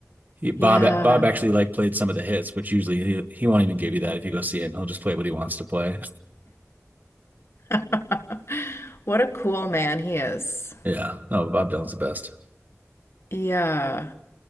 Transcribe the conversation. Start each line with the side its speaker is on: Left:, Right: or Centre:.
Right: He, Bob
Left: Yeah.
Right: Bob actually like played some of the hits, which usually he, he won't even give you that if you go see him. He'll just play what he wants to play.
Left: <laughs> What a cool man he is.
Right: Yeah. No, Bob Dylan's the best.
Left: Yeah.